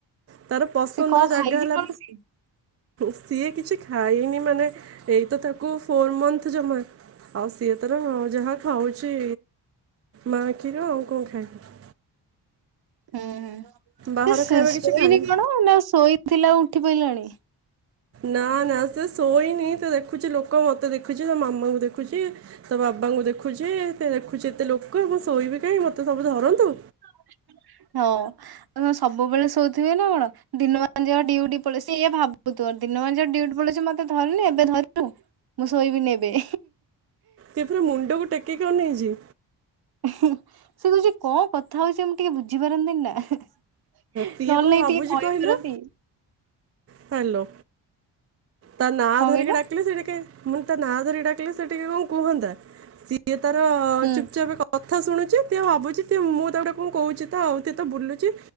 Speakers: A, on the right; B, on the right.
A: ତାର ପସନ୍ଦର
B: ସେ କଣ
A: ଜାଗା
B: ଖାଇଛି
A: ହେଲା
B: କଣ ସେ?
A: ସିଏ କିଛି ଖାଇନି ମାନେ ଏଇତ ତାକୁ ଫୋର ମନ୍ଥ ଜମା। ଆଉ ସିଏ ତର ଯାହା ଖାଉଛି ମା କ୍ଷୀର ଆଉ କଣ ଖାଇବ।
B: ହୁଁ ହୁଁ
A: ବାହାର
B: ସି ସେ
A: ଖାଇବା
B: ଶୋଇନି
A: କିଛି ଖାଇନି।
B: କଣ ନା ଶୋଇଥିଲା ଉଠି ପାଇଲାଣି।
A: ନା ନା ସେ ଶୋଇନି ତ ଦେଖୁଛି ଲୋକ ମତେ ଦେଖୁ ଖୁଛି ତ ମାମାଙ୍କୁ ଦେଖୁଛି ତ ବାବାଙ୍କୁ ଦେଖୁ ଖୁଛି ସେ ଦେଖୁଛି ଏତେ ଲୋକ ମୁ ଶୋଇବି କାହିଁ ମତେ ସବୁ ଧରନ୍ତୁ।
B: ହଉ। ହ ସବୁବେଳେ ଶୋଉଥିବେ ନା କଣ ଦିନମାନ ଯ ଡିଉଟି ପଳେଇ ସିଇ ଭାବୁ ତୋର ଦିନ ମାନ ଯୋଉ ଡିଉଟି ପଳଉଚ ମତେ ଧରୁନି ଏବେ ଧରଛୁ ମୁଁ ଶୋଇବିନି ଏବେ।
A: ସେ ଫେର୍ ମୁଣ୍ଡକୁ ଟେକିକି ଅନେଇଛି
B: ସେ କହୁଛି କଣ କଥା ହଉଛି ମୁଁ ଟିକେ ବୁଝିପାରନ୍ତିନି ନା। ନହେଲେ
A: ସିଏ କଣ
B: ନାଇ
A: ଭାବୁଛି
B: ଟିକେ କହିପାରନ୍ତି।
A: କହିଲ ହ୍ୟାଲୋ ତା ନା
B: କଣ
A: ଧରିକି
B: କହିଲ
A: ଡାକିଲ ସେ ଟିକେ ମୁଁ ତା ନାଁ ଧରିକି ଡାକିଲେ ସେ ଟିକେ କଣ କୁହନ୍ତା, ସିଏ ତାର
B: ହୁଁ
A: ଚୁପଚାପ କ କଥା ଶୁଣୁଛି ତ ଭାବୁଛି ମୁଁ ତା ଗୋଟେ କଣ କହୁଛି ତ ଆଉଏ ତ ବୁଲୁଚି